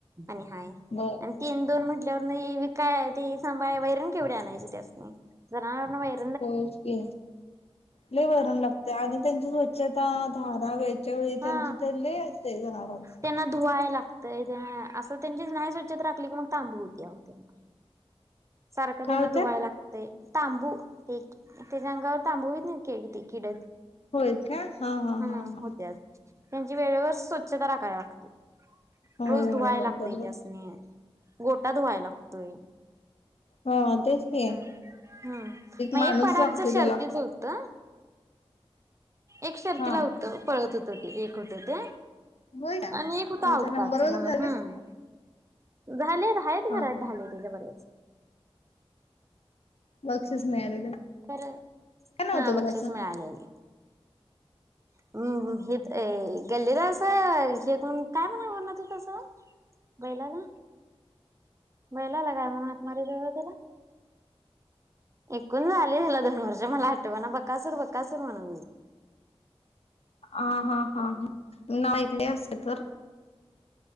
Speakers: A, on the right; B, on the left.
A: आणि हाय.
B: <inaudible> <unintelligible>
A: आणि तीन दोन म्हटल्यावरून विका ते सांभाळ वैरण केवढी आणायची त्यासनी? जनावरांना वैर
B: होयच की लय वैरण लाग तय आणि त्यांची स्वच्छता, धारा वेळच्या वेळी त्यांचे
A: हा
B: ते लई असतंय जनावराचं.
A: त्यांना धुवाय लागतंय, असं त्यांची नाही स्वच्छता राखली की मग तांब होती अहो त्यांना. सारखं
B: काय
A: त्यांना
B: होतंय?
A: धुवायला लागत तय तांबू ते तेच्या अंगावर तांबू होत नाहीत का ते किड
B: होय काय? हां हां
A: हा
B: हां हां.
A: होत्यात त्यांची वेळेवर स्वच्छता राखाय लागत्या,
B: होय
A: रोज
B: होय
A: धुवाय
B: होय
A: लागतं
B: बरोबर
A: त्यासनी. गोठा धुवायला लागतोय
B: हां तेच की.
A: हम्म हम्म, मग
B: माणूस
A: एक पाडा
B: लागतो
A: आमचं शर्तीच
B: त्याला
A: होतं एक शर्तीला
B: हा.
A: होत, पळत होतं ते, एक होतं ते.
B: होय का तुमचा
A: आणि एक होता आवताच
B: नंबर
A: म्हणून
B: वगैरे झाला
A: हम्म. झालेत, आहेत
B: हा
A: घरात
B: हा
A: ढाली त्याच्या बऱ्याच.
B: बक्षीस मिळालेलं.
A: खरं,
B: काय नाव
A: हां
B: होतं मुलाच?
A: बक्षीस मिळालेली. <unintelligible> बैलाला? बैलाला काय म्हणून हाक मारित्यात त्याला? एकूण झाले ह्याला दोन वर्ष मला आठवना, बकासूर-बकासूर म्हणा
B: हा, हा, हा, हा. नाईकने असते तर